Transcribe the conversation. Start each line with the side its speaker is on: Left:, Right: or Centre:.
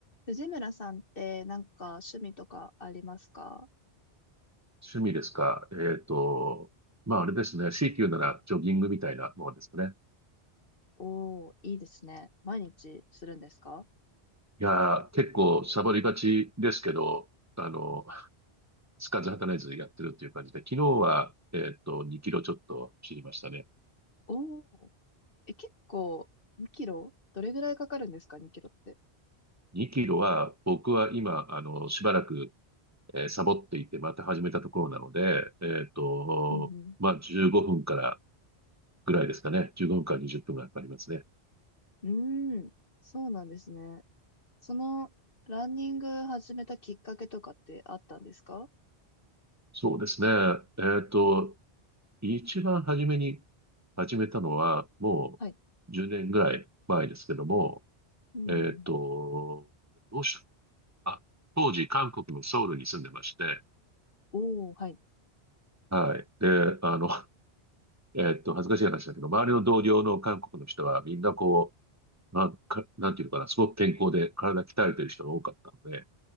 Left: 藤村さんってなんか趣味とかありますか
Right: 趣味ですかえっと、まああれですね。強いて言うならジョギングみたいなものですかね。
Left: おー、いいですね。毎日するんですか
Right: いやー、結構サボりがちですけど、あの、つかず働いずやってるっていう感じで、昨日は、えっと、2キロちょっと走りましたね。
Left: おー、え、結構2キロどれぐらいかかるんですか ?2 キロって。
Right: 2キロは僕は今、あの、しばらく、えーサボっていて、また始めたところなので、えっと、
Left: うん
Right: まあ15分からぐらいですかね。15分から20分がかかりますね。
Left: うん。うーん、そうなんですね。その、ランニング始めたきっかけとかってあったんですか
Right: そうですね。えっと、一番初めに始めたのは、も
Left: はい。
Right: う10年ぐらい前ですけども、
Left: うん。
Right: えっと、どうしたあ、当時韓国のソウルに住んでまして、
Left: おー、はい。
Right: はい。で、あの、えっと、恥ずかしい話だけど、周りの同僚の韓国の人はみんなこう、なんか、なんていうのかな、すごく健康で体鍛えてる人が多かったので、